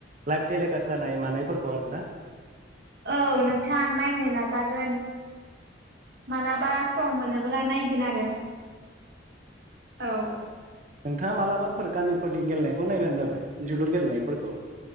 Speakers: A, on the right; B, on the right.
A: लाइफ टेलिकास्ट जानाय मानायफोरखौ आरोना।
B: औ नोंथां नायनो नाजागो गोन मालाबा सम मोनोबोला नायगोन आरो। औ
A: नोंथाङा मालाबाफोर गामिफोर फोरनि गेलनायखौ नायबानो जाबाय जोलुर गेलेनायफोरखौ।